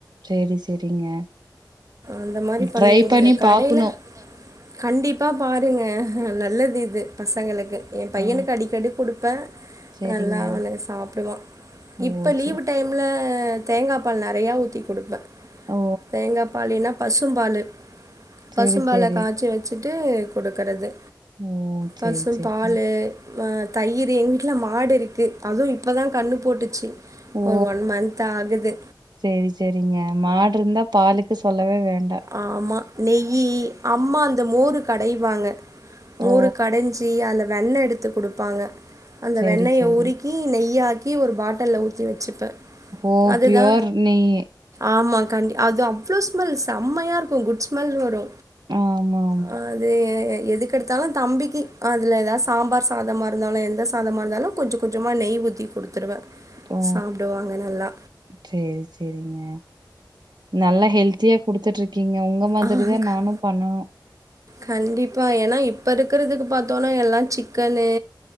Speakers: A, on the right; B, on the right.
A: சேரி சேரிங்க
B: அந்த மாரி பண்ணி
A: ட்ரை
B: குடுங்க கடையில
A: பாக்கணு
B: கண்டிப்பா பாருங்க நல்லது இது பசங்களுக்கு ஏ பையனுக்கு
A: ஆ
B: அடிக்கடி குடுப்பே
A: சேரிங்க
B: நல்லா அவனே சாப்டுவா
A: ஓ
B: இப்ப லீவ்
A: சே
B: டைம்ல தேங்காய் பால் நெறையா ஊத்தி குடுப்பே
A: ஓ
B: தேங்காய் பால் இல்லனா பசும்பாலு
A: சேரி
B: பசும்பால
A: சேரி
B: காய்ச்சி வச் சிட்டு குடுக்கறது
A: ஓ
B: பசும்
A: சேரி சேரிங்க
B: பாலு ஆ தயிர் எங்க வீட்ல மாடு இருக்கு அதுவு இப்பதா கண்ணு போட்டுச்சி
A: ஓ
B: ஒரு ஒன் மன்ந்த் ஆகுது
A: சேரி சேரிங்க மாடு இருந்தா பாலுக்கு சொல்லவே வேண்
B: ஆமா நெய்யி அம்மா அந்த மோரு கடைவாங்க மோரு
A: ஓ
B: கடைஞ்சி அதுல வெண்ணை எடுத்து குடுப்பாங்க அந்த
A: சேரி
B: வெண்ணயை
A: சேரி
B: உருக் கி நெய்யாக்கி ஒரு பாட்டல்ல ஊத்தி வச்சுப்பே
A: ஓ
B: அதுதா
A: பியூர் நெய்
B: ஆமா கண்டி அது அவ்ளவு ஸ்மெல் செம்மையா இருக்கு குட் ஸ்மெல் வரு
A: ஆமா ஆமா
B: ஆ அது எதுக்கெடுத்தாலு தம்பிக்கி அதுல எதா சாம்பார் சாதமா இருந்தாலு எந்த சாதமா இருந்தாலு கொஞ்ச கொஞ்சமா நெய் ஊத்தி குடுத்துருவே
A: ஓ
B: சாப்டுவாங்க நல்லா
A: சேரி சேரிங்க நல்லா ஹெல்த்தியா குடுத்துட்டு இருக்கீங்க உங்க மாதிரிதா
B: ஆ க-
A: நானு பண்ணனு
B: கண்டிப்பா ஏன்னா இப்ப இருக்கிறதுக்கு பாத்தோன்னா எல்லா சிக்கன்னு